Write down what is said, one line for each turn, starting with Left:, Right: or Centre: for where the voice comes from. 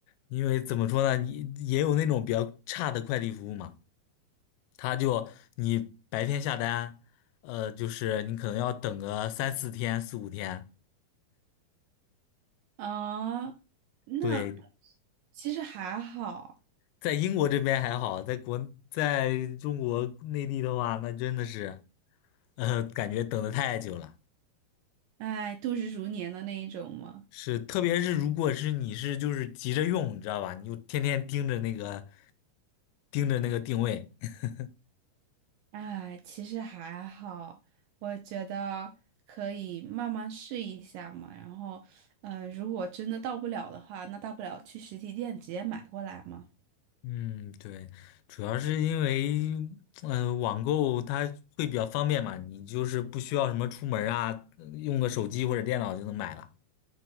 Left: 因为怎么说呢，你也有那种比较差的快递服务嘛，他就你白天下单，呃，就是你可能要等个三四天、四五天。
Right: 啊！那
Left: 对，
Right: 其实还好，
Left: 在英国这边还好，在国在中国内地的话，那真的是，呃，感觉等的太久了。
Right: 哎，度日如年的那一种嘛。
Left: 是，特别是如果是你是就是急着用，你知道吧？你就天天盯着那个盯着那个定位。<laughs>
Right: 哎，其实还好，我觉得可以慢慢试一下嘛。然后，嗯，如果真的到不了的话，那大不了去实体店直接买过来嘛。
Left: 嗯，对，主要是因为，嗯、网购它会比较方便嘛，你就是不需要什么出门儿啊，用个手机或者电脑就能买了。